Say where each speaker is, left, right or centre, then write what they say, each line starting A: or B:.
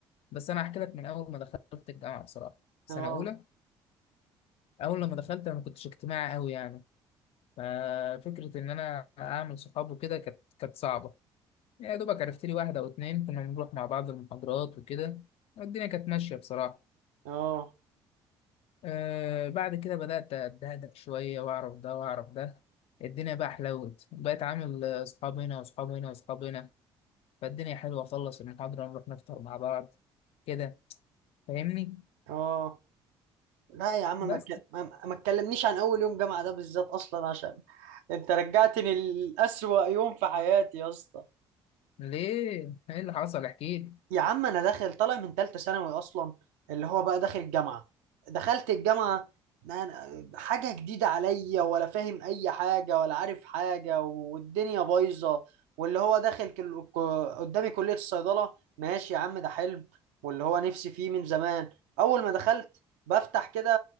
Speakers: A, on the left; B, on the right.
A: بس انا احكي لك من اول ما دخلت الجامعه بصراحه سنه
B: اه
A: اولى اول لما دخلت انا ما كنتش اجتماعي قوي يعني ففكره ان انا اعمل صحاب وكده كانت كانت صعبه يا دوبك عرفت لي واحده او اتنين كنا بنروح مع بعض المحاضرات وكده والدنيا كانت ماشيه بصراحه
B: اه
A: آه بعد كده بدأت أتهدأ شوية وأعرف ده وأعرف ده الدنيا بقى حلوت بقيت عامل آه، أصحاب هنا وأصحاب هنا وأصحاب هنا فالدنيا حلوة أخلص المحاضرة نروح نفطر مع بعض كده فاهمني
B: اه لا يا عم
A: بس
B: ما تك- ما ما تكلمنيش عن اول يوم جامعه ده بالذات اصلا عشان انت رجعتني لأسوأ يوم في حياتي يا اسطى
A: ليه إيه اللي حصل احكيلي
B: يا عم انا داخل طالع من ثالثه ثانوي اصلا اللي هو بقى داخل الجامعه دخلت الجامعه أنا حاجه جديده عليا ولا فاهم اي حاجه ولا عارف حاجه والدنيا بايظه واللي هو داخل كل... ك- قدامي كليه الصيدله ماشي يا عم ده حلم واللي هو نفسي فيه من زمان اول ما دخلت بفتح كده